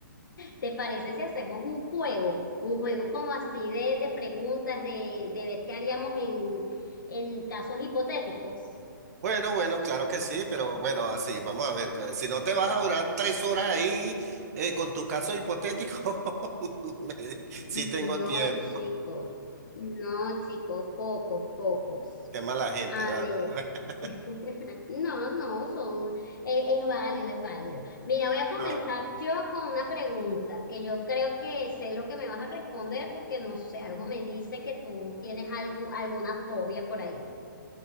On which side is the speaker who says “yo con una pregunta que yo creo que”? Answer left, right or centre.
Left